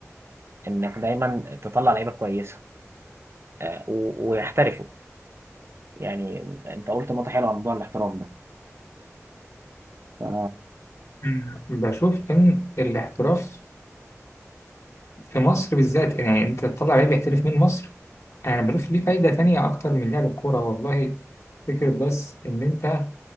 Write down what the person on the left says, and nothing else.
مم. بشوف إن الاحتراف في مصر بالذات يعني أنت تطلع لعيب يحترف من مصر أنا بشوف ليه فايدة تانية أكتر من لعب الكورة والله فكرة بس إن أنت